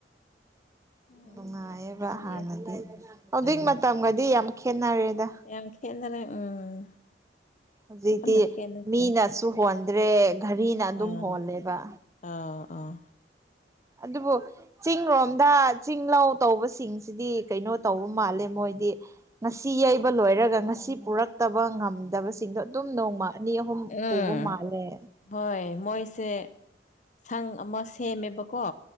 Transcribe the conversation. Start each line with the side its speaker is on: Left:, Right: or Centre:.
Left: ꯎꯝ
Right: ꯅꯨꯡꯉꯥꯏꯑꯕ
Left: ꯅꯨꯡꯁꯤꯌꯦ
Right: ꯍꯥꯟꯅꯗꯤ
Left: ꯎꯝ
Right: ꯍꯧꯖꯤꯛ
Left: ꯑꯥ
Right: ꯃꯇꯝꯒꯗꯤ ꯌꯥꯝ ꯈꯦꯠꯅꯔꯦꯗ
Left: ꯌꯥꯝ ꯈꯦꯠꯅꯔꯦ ꯎꯝ
Right: ꯍꯧꯖꯤꯛꯇꯤ
Left: ꯌꯥꯝꯅ ꯈꯦꯠꯅꯈ꯭ꯔꯦ
Right: ꯃꯤꯅꯁꯨ ꯍꯣꯟꯗ꯭ꯔꯦ ꯘꯔꯤꯅ ꯑꯗꯨꯝ
Left: ꯑꯥ
Right: ꯍꯣꯜꯂꯦꯕ
Left: ꯑꯥ ꯑꯥ
Right: ꯑꯗꯨꯕꯨꯣ ꯆꯤꯡꯔꯣꯝꯗ ꯆꯤꯡ ꯂꯧꯧ ꯇꯧꯕꯁꯤꯡꯁꯤꯗꯤ ꯀꯩꯅꯣ ꯇꯧꯕ ꯃꯥꯜꯂꯦ ꯃꯣꯏꯗꯤ ꯉꯁꯤ ꯌꯩꯕ ꯂꯣꯏꯔꯒ ꯉꯁꯤ ꯄꯨꯔꯛꯇꯕ ꯉꯝꯗꯕ ꯤꯡꯗꯣ ꯑꯗꯨꯝ ꯅꯣꯡꯃ ꯑꯅꯤ ꯑꯍꯨꯝ
Left: ꯎꯝ
Right: ꯄꯨꯕ ꯃꯥꯜꯂꯦ
Left: ꯍꯣꯏ ꯃꯣꯏꯁꯦ ꯁꯪ ꯑꯃ ꯁꯦꯝꯃꯦꯕꯀꯣ